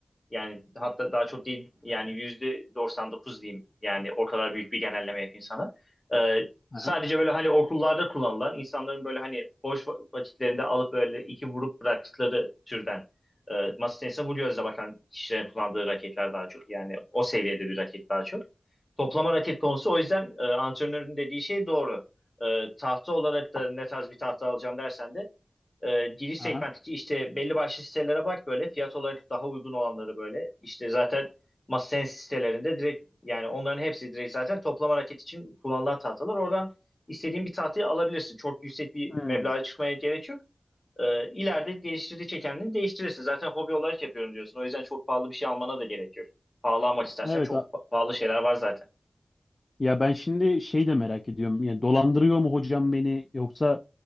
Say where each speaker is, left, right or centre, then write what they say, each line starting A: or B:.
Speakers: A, on the left (about 35°); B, on the left (about 55°).
A: yani hatta daha çok değil yani yüzde 99 diyeyim. Yani o kadar büyük bir genelleme yapayım sana. E, sadece
B: Aha,
A: böyle hani okullarda kullanılan insanların böyle hani boş va- vakitlerinde alıp böyle iki vurup bıraktıkları türden e, masa tenisine bu gözle bakan kişilerin kullandığı raketler daha çok. Yani o seviyede bir raket daha çok. Toplama raket konusu o yüzden e, antrenörün dediği şey doğru. E, tahta olarak da ne tarz bir tahta alacağım dersen de e, giriş
B: aha.
A: segmentteki işte belli başlı sitelere bak böyle fiyat olarak daha uygun olanları böyle. İşte zaten MasterSense sitelerinde direkt yani onların hepsi direkt zaten toplama raket için kullanılan tahtalar. Oradan istediğin bir tahtayı alabilirsin. Çok yüksek bir
B: Hmm.
A: meblağa çıkmaya gerek yok. E, ileride geliştirdikçe kendini değiştirirsin. Zaten hobi olarak yapıyorum diyorsun. O yüzden çok pahalı bir şey almana da gerek yok. Pahalı almak istersen
B: Evet
A: çok
B: a-
A: pa- pahalı şeyler var zaten.
B: ya ben şimdi şey de merak ediyorum. Yani dolandırıyor mu hocam beni yoksa